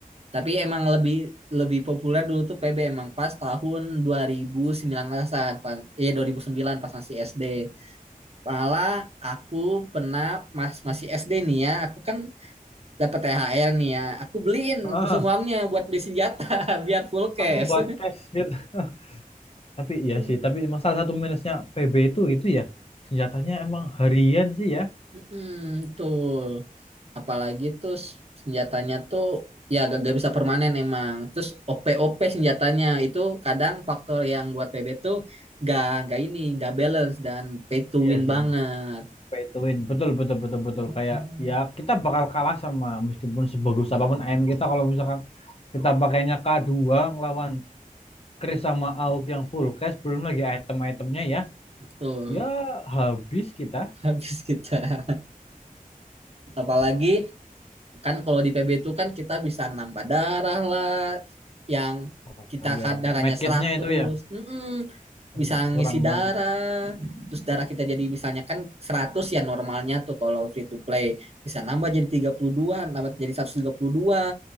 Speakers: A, on the right; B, on the left.
A: Tapi emang lebih lebih populer dulu tuh PB emang pas tahun 2019-an, pan- eh 2009 pas masih SD. Malah aku pernah mas masih SD nih ya, aku kan dapat THR nih ya. Aku beliin
B: Heeh,
A: semuanya buat beli senjata <laughs> biar full
B: langsung
A: cash.
B: buat cash gitu. <laughs> Tapi iya
A: <laughs>
B: sih, tapi emang salah satu minusnya PB itu itu ya senjatanya emang harian sih ya.
A: Mm-mm, tuh. Apalagi tuh s- senjatanya tuh ya gak, gak bisa permanen emang. Terus OP-OP senjatanya itu kadang faktor yang buat PB tuh gak, gak ini, gak balance dan pay to
B: Iya
A: win
B: sih,
A: banget.
B: pay to win. Betul betul betul betul
A: Mm-mm,
B: kayak ya kita bakal kalah sama meskipun sebagus apapun AM kita kalau misalkan kita pakainya k dua ngelawan Chris sama AUK yang full cash belum lagi item-itemnya ya.
A: Betul.
B: Ya habis kita.
A: <laughs> Habis kita. Apalagi kan kalau di PB itu kan kita bisa nambah darah lah yang
B: Oh,
A: kita
B: iya,
A: kad- darahnya
B: medkitnya
A: seratus,
B: itu ya.
A: Mm-mm. bisa
B: Iya,
A: ngisi
B: kurang
A: darah
B: banget itu.
A: terus darah kita jadi misalnya kan 100 ya normalnya tuh kalau free to play bisa nambah jadi 32, nambah jadi 132,